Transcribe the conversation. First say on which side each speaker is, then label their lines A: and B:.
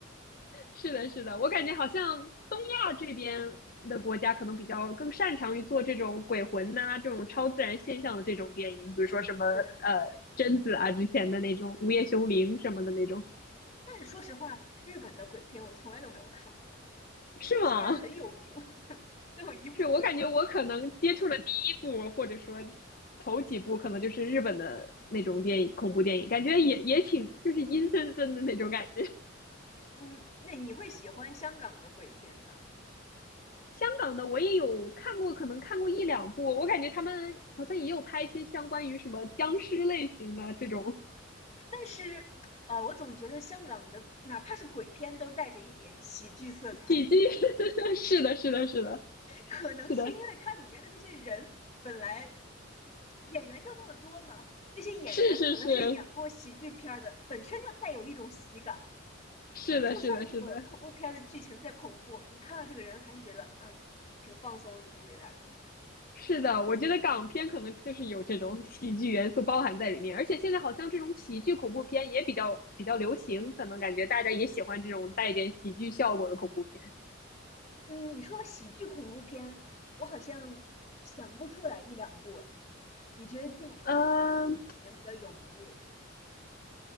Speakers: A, on the left (about 45°); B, on the left (about 30°).
A: 是的，是的，我感觉好像东亚这边的国家可能比较更擅长于做这种鬼魂呐、这种超自然现象的这种电影，比如说什么呃贞子啊之前的那种《午夜凶铃》什么的那种，
B: 对，但是说实话，日本的鬼片我从来都没有看过，
A: 是吗？
B: 虽然很有名，
A: <laughs>
B: 但我一部都没有
A: 是我感觉我可能接触了第一部，或者说头几部，可能就是日本的那种电影，恐怖电影，感觉也也挺就是阴森森的那种感觉。
B: 嗯，那你会喜欢香港的鬼片吗？
A: 香港的我也有看过，可能看过一两部，我感觉他们好像也有拍一些相关于什么僵尸类型的这种
B: 但是，呃，我总觉得香港的哪怕是鬼片都带着一点喜剧色彩，
A: <laughs> 喜剧。<laughs> 是的，是的，是的，
B: 可能是因为它里面的那些人本来
A: 是的，
B: 演员就那么多嘛，那些演员可能是演过喜剧片儿的，
A: 是是是
B: 本身就带有一种喜感。
A: 是的，
B: 就算这个恐怖片儿的剧情再恐怖，
A: 是的，是的，
B: 你看到这个人还是觉得嗯挺放松的，挺 relax 的。
A: 是的。我觉得港片可能就是有这种喜剧元素包含在里面，而且现在好像这种喜剧恐怖片也比较比较流行，可能感觉大家也喜欢这种带一点喜剧效果的恐怖片。
B: 嗯，你说到喜剧恐怖片，我好像想不出来一两部哎。你觉得近两年、
A: 嗯，
B: 近几年比较有名的有什么？